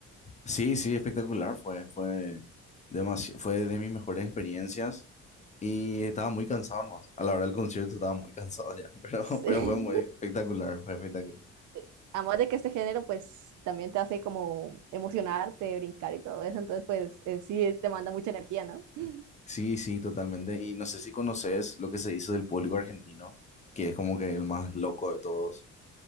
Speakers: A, on the left; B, on the right.
A: Sí, sí, espectacular fue, fue demasi- fue de mis mejores experiencias y estaba muy cansado nomás. A la hora del concierto estaba muy cansado ya, <laughs> pero,
B: Sí.
A: pero fue muy espectacular, fue espectacular.
B: <laughs> Además de que este género, pues también te hace como emocionarte, brincar y todo eso, entonces, pues eh, sí, te manda mucha energía, ¿no? <laughs>
A: Sí, sí, totalmente. Y no sé si conoces lo que se dice del público argentino, que es como que el más loco de todos.